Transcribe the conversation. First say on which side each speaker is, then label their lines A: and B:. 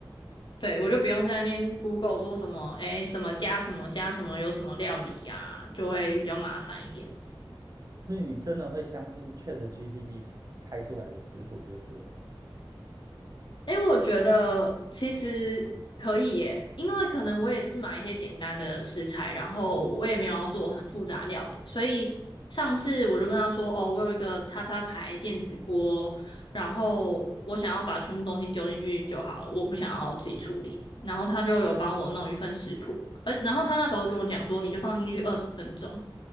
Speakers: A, on the left (about 60°); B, on the right (about 40°).
A: 对，我就不用在那边 Google 说什么，哎，什么加什么加什么有什么料理呀、就会比较麻烦一点。
B: 所以你真的会相信 ChatGPT 开出来的食谱就是了。
A: 哎，我觉得其实可以耶，因为可能我也是买一些简单的食材，然后我也没有要做很复杂的料理，所以上次我就跟他说，哦，我有一个叉叉牌电子锅，然后我想要把全部东西丢进去就好了，我不想要自己处理。然后他就有帮我弄一份食谱，呃，然后他那时候跟我讲说，你就放进去二十分钟。